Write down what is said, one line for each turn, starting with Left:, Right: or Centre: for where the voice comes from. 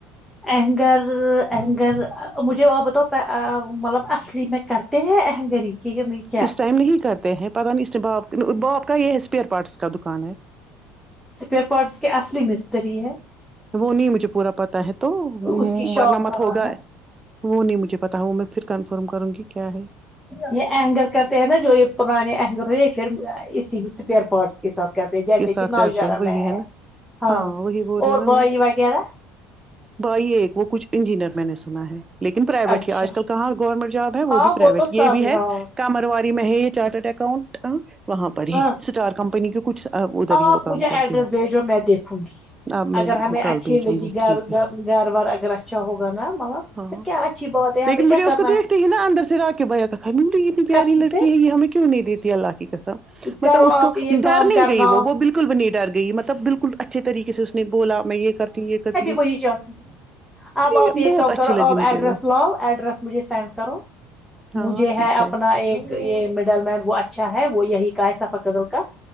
Centre: اینگر اینگر مجھے وہ بتاو مطلب اصلی میں کر تے ہے انگری کیونکہ
Right: اس ٹائم نہیں کرتے ہیں پتہ نہیں اسکے باپ باپ کا یے ایسپیئر پارٹس کا دکان ہے
Centre: سپیئر پارٹس کے اصلی مستری ہے
Right: وہ نہیں مجھے پورا پتہ ہے تو
Centre: اس کی شاپ
Right: ورنہ مت
Centre: کا
Right: ہوگا
Centre: ہے
Right: وہ نہیں مجھے پتہ وہ میں پھر کنفرم کروں گی کیا ہے
Centre: یے اہینگر کرتے ہیں نا جو یے پرانے اہینگر ہو یے پھر اسی اسپیئر پارٹس کے ساتھ کرتے جیسے
Right: کے ساتھ
Centre: کتنا
Right: کرتے
Centre: وچارا
Right: ہیں وہی
Centre: میں ہے
Right: نا
Centre: ہاں
Right: وہی بول رہی
Centre: اور
Right: ہوں نا
Centre: بھائی
Right: میں
Centre: وغیرہ
Right: بھائی ایک وہ کچھ انجینئر میں نے سنا ہے لیکن پرائیویٹ
Centre: اچھا
Right: ہی آج کل کہاں گورنمنٹ جاب ہے وہ
Centre: ہاں
Right: بھی پرائیویٹ
Centre: تو
Right: یے
Centre: سب
Right: بھی ہے
Centre: ہاں
Right: کامرواری میں ہے یے چارٹرڈ اکاؤنٹ وہاں پر ہی
Centre: ہاں
Right: اسٹار کمپنی کے کچھ ادھر
Centre: آپ
Right: ہی وہ کام
Centre: مجھے
Right: کرتی
Centre: ایڈریس بھیجو میں دیکھوں گی
Right: ہے اب میں
Centre: اگر ہمیں
Right: کل
Centre: اچھی
Right: بھیجوں
Centre: لگی
Right: گی
Centre: گھر
Right: ٹھیک ہے
Centre: گھر وار اگر اچھا ہوگا نا مطلب
Right: ہاں
Centre: پھر کیا اچھی بات ہے ہم
Right: لیکن مجھے
Centre: کیا
Right: اس
Centre: کر
Right: کو دیکھتے ہی نا اندر سے را کے بھیا کہا میں اتنی پیاری
Centre: قسم
Right: لڑکی
Centre: سے
Right: ہے یے ہمیں کیوں نہیں دیتی اللہ کی کسم مطلب
Centre: کرو
Right: اس
Centre: آپ
Right: کو
Centre: یہ
Right: ڈر
Centre: کام
Right: نہیں
Centre: کرنا
Right: گئی وہ بالکل بالکل بھی نہیں ڈرگئی مطلب بالکل اچھے طریقے سے اس نے بولا میں یے کرتی ہوں یے کرتی
Centre: وہ ہی جاتی ہوں
Right: ہوں
Centre: اب آپ ایک
Right: بہت
Centre: کام کرو
Right: اچھی لگی
Centre: آپ
Right: مجھے
Centre: ایڈریس
Right: وہ
Centre: لاو ایڈریس مجھے سینڈ کرو
Right: ہاں
Centre: مجھے
Right: ٹھیک
Centre: اپنا
Right: ہے
Centre: ایک یے مڈل مین وہ اچھا ہے وہ یہی کا ہے سافہ قدر کا